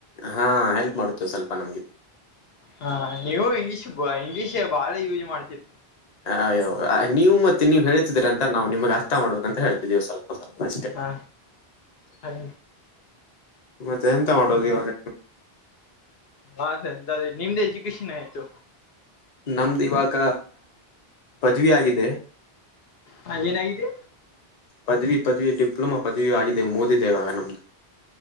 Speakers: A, on the left (about 45°); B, on the left (about 75°).
A: ಹಾ ಹೆಲ್ಪ್ ಮಾಡುತ್ತೆ ಸ್ವಲ್ಪ ನಮಗೆ.
B: ಹಾ ನೀವು ಇಂಗ್ಲೀಷ್ ಇಂಗ್ಲೀಷ್ ಬಾಳ ಯೂಸ್ ಮಾಡ್ತಿರಿ.
A: ಅಯ್ಯೋ ನೀವು ಮತ್ತೆ ನೀವು ಹೇಳ್ತಿದ್ರ ಅಂತ ನಾವು ನಿಮ್ಗ್ ಅರ್ಥ ಮಾಡ್ಬೇಕ ಅಂತ ಹೇಳ್ತಿದೀವಿ ಸ್ವಲ್ಪ ಸ್ವಲ್ಪ. ಅಷ್ಟೇ
B: ಹಾ ಹಾಗ
A: ಮತ್ತೆ ಎಂತ ಮಾಡೋದು ಇವಾಗ.
B: ಅದಂತ ನಿಮ್ದ್ ಎಜುಕೇಶನ್ ಏನಾಯ್ತು.
A: ನಮ್ದು ಇವಾಗ ಪದ್ವಿ ಆಗಿದೆ.
B: ಹಾ ಏನಾಗಿದೆ?
A: ಪದ್ವಿ ಪದ್ವಿ ಡಿಪ್ಲೊಮಾ ಪದ್ವಿಯೂ ಆಗಿದೆ ಮೋದಿದೆೇವಾಗ ನಮ್ದು.